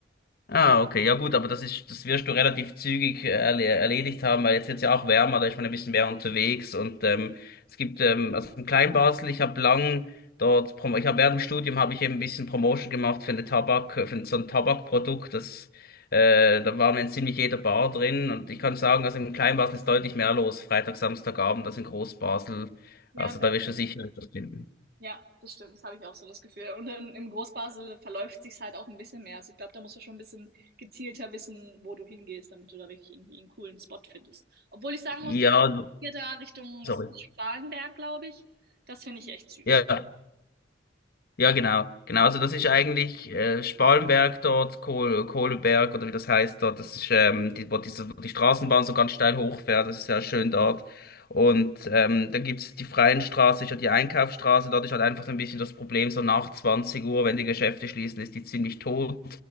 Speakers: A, on the left (about 55°); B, on the right (about 60°).
A: Ah, okay, ja gut, aber das ist, das wirst du relativ zügig äh, erle erledigt haben, weil jetzt wird's ja auch wärmer, da ist man ein bisschen mehr unterwegs und ähm, es gibt, ähm, also in Kleinbasel, ich habe lang dort, prom- ich habe während dem Studium habe ich eben ein bisschen Promotion gemacht für eine Tabak, für so ein Tabakprodukt, das, äh, da waren wir in ziemlich jeder Bar drin und ich kann sagen, also in Kleinbasel ist deutlich mehr los, Freitag, Samstagabend, als in Großbasel,
B: Ja,
A: also da wirst du sicher etwas finden.
B: Ja, das stimmt. Das habe ich auch so das Gefühl. Und in, im Großbasel verläuft sich's halt auch ein bisschen mehr. Also ich glaube, da musst du schon ein bisschen gezielter wissen, wo du hingehst, damit du da wirklich irgendwie einen coolen Spot findest. Obwohl ich sagen
A: Ja,
B: muss, hier da Richtung,
A: sorry.
B: was ist das, Spalenberg, glaube ich, das finde ich echt süß.
A: Ja, ja. Ja, genau, genau. Also das ist eigentlich äh, Spalenberg dort, Kohl, Kohleberg oder wie das heißt dort. Das ist ähm, die, wo, diese, wo die Straßenbahn so ganz steil hochfährt. Das ist ja schön dort. Und ähm, dann gibt's die freien Straße, ist ja die Einkaufsstraße. Dort ist halt einfach so ein bisschen das Problem, so nach 20 Uhr, wenn die Geschäfte schließen, ist die ziemlich tot.